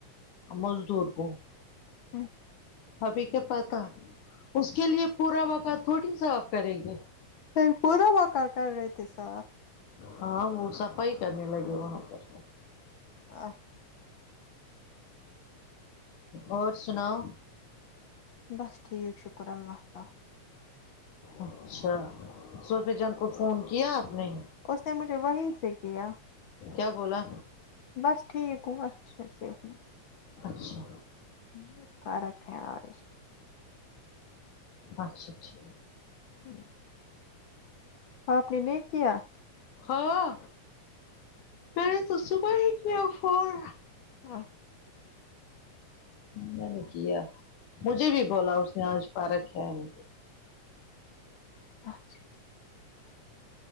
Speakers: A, on the left (about 80°); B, on the left (about 65°).
A: مزدور کو
B: ہوں
A: ابھی کیا پا اس کے لیے پورا وقع تھوڑی صاف کریں گے
B: پ پورا وہا کا کر رہی تھی سر
A: ہاں وہ صفائی کرنے لگے وہاں پر
B: ا
A: اور سناؤ
B: بس ٹھیک شکر اللہ تعالی
A: اچھا سوفی جان کو فون کیا آپ نے
B: اس نے مجھے وہیں سے کیا
A: کیا بولا
B: بس ٹھیک وہ اچھایف
A: اچھا
B: ہ فارا ہےج
A: اچھا اچھا
B: جی آپ نے نہیں کیا
A: ہاں میں نے تو صبح ہی کیا فون
B: ہاں
A: میں نے کیا مجھے بھی بولا اس نے آج پا رکھ ہے ہے
B: اچھا